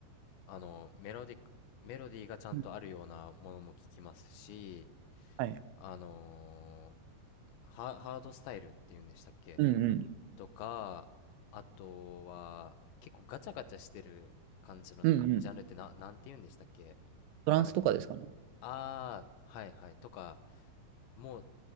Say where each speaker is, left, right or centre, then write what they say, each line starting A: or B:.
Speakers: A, on the left; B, on the right.
A: あ、あのメロディ、メロディーがちゃんとあるようなものも聞きますし、
B: うんはい。
A: あのーハ、ハードスタイルっていうんでしたっけ
B: うんうん。
A: とか、あとは結構ガチャガチャしてる感じのジャンルってな、
B: うんうん。
A: なんて言うんでしたっけ
B: トランスとかですかね。
A: かなり。ああ、はいはい。とか、もう、